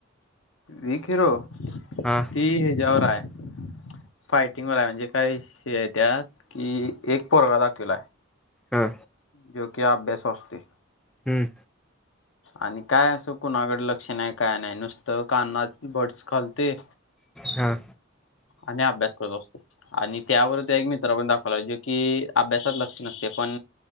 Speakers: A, on the left; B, in the centre.
A: वीखिरो.
B: हा.
A: ठी आहे जवर आहे. फायटिंगवा म्हणजे काही त्यात कि एक पोरगा दाखूला.
B: हा
A: जो कि आप बेसवचते.
B: हम्म.
A: आणि काय असं कुणाकडे लक्ष नाही काय नाही नुसतं काना बर्डस खालते.
B: हा.
A: आणि अभ्यास करत असतो. आणि त्यावर ते एक मित्र पण दाखवला जो कि अभ्यासात लक्ष नसते पण